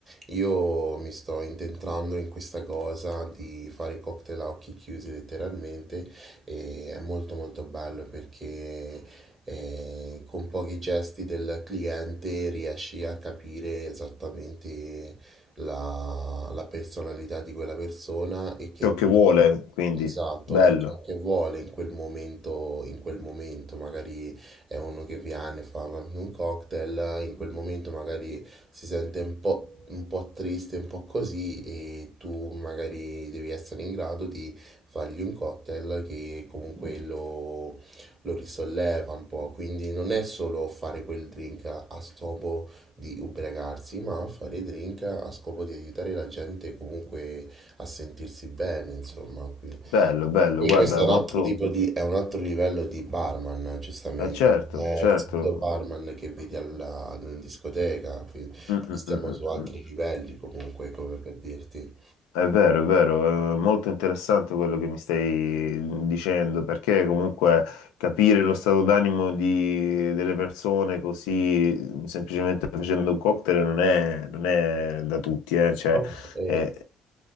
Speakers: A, on the right; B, on the left.
A: Io mi sto intentrando in questa cosa di fare cocktail a occhi chiusi letteralmente e è molto molto bello perché eh, con pochi gesti del cliente riesci a capire esattamente la, la personalità di quella persona e che
B: Ciò che vuole, quindi
A: Esatto,
B: bello,
A: è ciò che vuole in quel momento, in quel momento magari è uno che viene, fa un cocktail, in quel momento magari si sente un po', un po' triste, un po' così e tu magari devi essere in grado di fargli un cocktail che comunque lo, lo risolleva un po', quindi non è solo fare quel drink a a scopo di ubriacarsi, ma fare drink a scopo di aiutare la gente comunque a sentirsi bene, insomma, quindi...
B: bello, bello,
A: E
B: guarda,
A: questo è un
B: molto.
A: altro tipo di, è un altro livello di barman, giustamente.
B: Eh, certo,
A: Non È
B: certo.
A: il solito barman che vedi alla, alla discoteca, quindi
B: Mm, mm,
A: stiamo
B: mm, mm.
A: su altri
B: mm.
A: livelli comunque, come per dirti.
B: È vero, è vero, è molto interessante quello che mi stai dicendo, perché comunque capire lo stato d'animo di- delle persone così semplicemente facendo un cocktail non è, non è da tutti, eh, Cioè,
A: Ok, eh,
B: è,